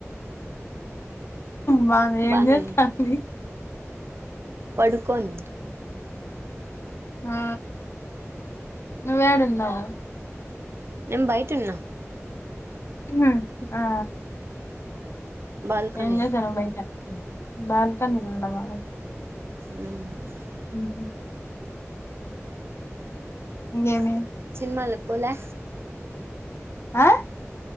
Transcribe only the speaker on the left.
బాన్నే
ఏం జేస్తాంధి
ఆ నువేడున్నావు
హ్మ్ ఆ
ఏం జెస్తనావ్ బయట బాల్ కన్ ఉన్నవా
మ్ హు ఇంకేమి
ఆ